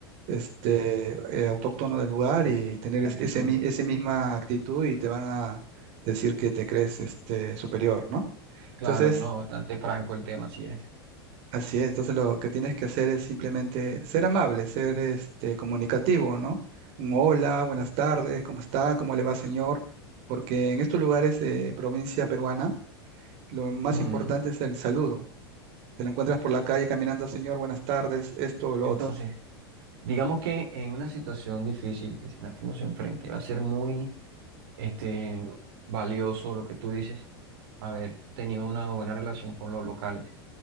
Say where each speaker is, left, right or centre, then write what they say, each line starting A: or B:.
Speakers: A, on the right; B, on the right.
A: este eh, autóctono del lugar y
B: Acti-
A: tener es-
B: actitud.
A: ese, mi- ese misma actitud y te van a decir que te crees este superior, ¿no?
B: Claro,
A: Entonces,
B: no, bastante franco el tema, así es.
A: Así es, entonces lo que tienes que hacer es simplemente ser amable, ser este comunicativo, ¿no? Un hola, buenas tardes, ¿cómo está? ¿Cómo le va, señor? Porque en estos lugares de provincia peruana, lo más
B: Ujú.
A: importante es el saludo. Te lo encuentras por la calle caminando, señor, buenas tardes, esto o lo
B: Entonces,
A: otro.
B: digamos que en una situación difícil que, en la que uno se enfrente, va a ser muy este, valioso lo que tú dices, haber tenido una buena relación con los locales,